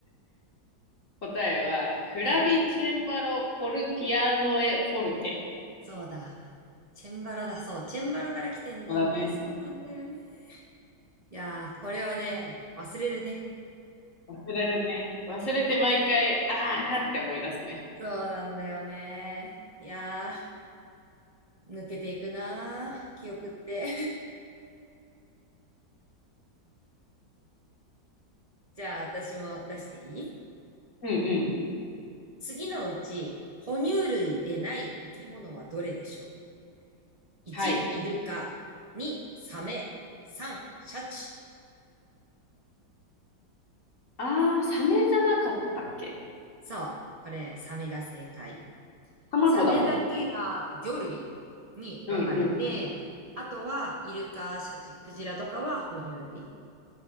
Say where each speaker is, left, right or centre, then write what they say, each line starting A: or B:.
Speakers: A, on the left; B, on the right.
A: 答えは、クラビチェンバロ、
B: うん、
A: コルピアノエ、フォルテ。
B: そうだ。チェンバロだ、そう。チェンバロから来てんだよね。
A: そだね。
B: そうなんだよね。いやー、これはね、忘れるね。
A: 忘れるね。忘れて毎回、あーって思い出すね。
B: そうなんだよね。いやー、抜けていくなー、記憶って。<laughs> じゃあ、私も出していい
A: うんうん。
B: 次のうち、哺乳類でない生き物はどれでしょう ?1、
A: はい。
B: イルカ。2、サメ。3、シャチ。
A: あー、サメじゃなかったっけ
B: そう、これ、サメが正解。
A: 卵だもんな。
B: サメだけが魚類に分かれて、
A: うんうん。
B: あとは、イルカ、シャチ、クジラとかは哺乳類。い